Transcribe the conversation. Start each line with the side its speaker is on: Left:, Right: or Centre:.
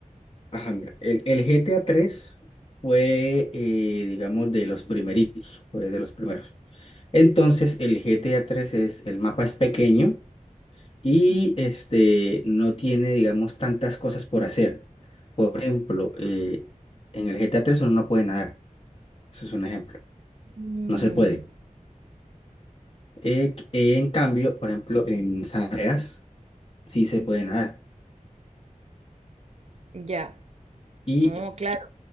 Left: Ajá, mira, el, el GTA 3 fue, eh, digamos, de los primeritos, fue de los primeros. Entonces, el GTA 3 es, el mapa es pequeño y este, no tiene, digamos, tantas cosas por hacer. Por ejemplo, eh, en el GTA 3 uno no puede nadar. Eso es un ejemplo.
Right: Mm,
Left: No se puede. Eh, qu- eh, en cambio, por ejemplo, en San Andreas sí se puede nadar.
Right: ya.
Left: Y
Right: No, claro.